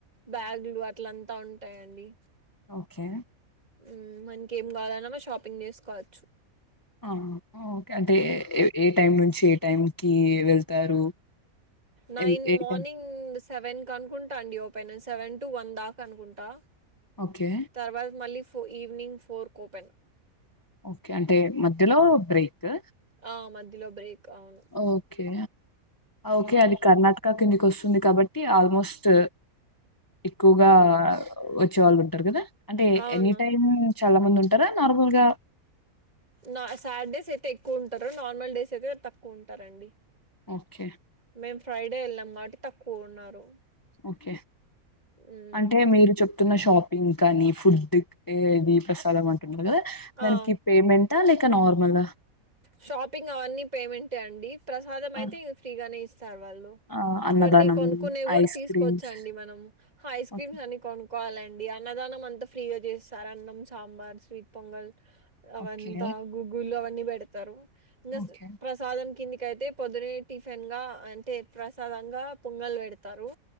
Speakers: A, on the right; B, on the left.
A: బ్యాగులు అట్లంతా ఉంటాయండి.
B: ఓకె
A: మ్ మనకి ఏం కావాలన్నా మ షాపింగ్ చేసుకోవచ్చు
B: ఆ ఓకే అంటే ఏ టైం నుంచి ఏ టైంకి వెళ్తారు?
A: నైన్
B: ఏ ఏ
A: మార్నింగ్
B: టైం
A: సెవెన్ కి అనుకుంటా అండి ఓపెన్ సెవెన్ టు వన్ దాకా అనుకుంటా
B: ఓకే
A: తర్వాత మళ్ళీ ఈవినింగ్ ఫోర్ కొపెన్
B: ఓకే అంటే మధ్యలో బ్రేక్
A: ఆ మధ్యలో బ్రేక్ అవును
B: ఓకే ఓకే అది కర్ణాటక కిందికి వస్తుంది కాబట్టి ఆల్మోస్ట్ ఎక్కువగా వచ్చే వాళ్ళు ఉంటారు కదా అంటే
A: అవునా
B: ఎనీ టైమ్ చాలా మంది ఉంటారా నార్మల్ గా
A: నా సాటర్డేస్ అయితే ఎక్కువ ఉంటారు నార్మల్ డేస్ అయితే తక్కువ ఉంటారండి
B: ఓకే
A: మేం ఫ్రైడే వెళ్ళాం కాబట్టి తక్కువ ఉన్నారు
B: ఓకే
A: మ్మ్
B: అంటే మీరు చెప్తున్న షాప్ ఇంకా నీ ఫుడ్ది ప్రసాదం అంటుంటది కదా దానికి
A: ఆ
B: పేమెంట్ టా లేక నార్మల్లా
A: షాపింగ్ అవన్నీ పేమెంటే అండి ప్రసాదం అయితే
B: ఆ
A: ఇగ ఫ్రీగానే ఇస్ స్తార్ వాళ్ళు
B: ఆ, అన్నదానం
A: కొన్ని కొనుకునే గూడా
B: ఐస్
A: తీసుకోవచ్చండి
B: క్రీమ్స్
A: మనం ఐస్ క్రీమ్స్
B: ఓకే
A: అన్ని కొను కోవాలండి అన్నదానం అంత ఫ్రీగా జేస్తారు అన్నం సాంబార్ స్వీట్ పొంగల్ అవంతా
B: ఓకే
A: గూగుల్లో అవన్నీ బెడతారు ఇంగ
B: ఓకే
A: ప్రసాదం కిందికైతే పొద్దునే టిఫిన్ గా అంటే ప్రసాదంగా పొంగల్ పెడతారు